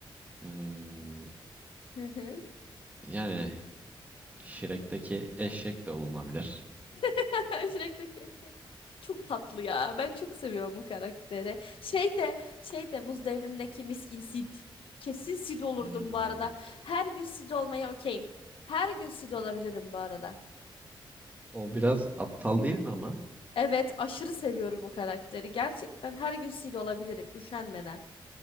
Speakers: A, on the right; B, on the left.
A: Hmm,
B: <laughs>
A: yani Şirek'teki eşek de olunabilir.
B: <laughs> Shrek'teki eşek çok tatlı ya. Ben çok seviyorum bu karakteri. Şey de şey de Buz Devri'ndeki miskin Sid. Kesin Sid olurdum
A: Hmm,
B: bu arada. Her gün Sid olmaya okeyim. Her gün Sid olabilirim bu arada.
A: o biraz aptal değil mi ama?
B: Evet, aşırı seviyorum bu karakteri. Gerçekten her gün Sid olabilirim üşenmeden.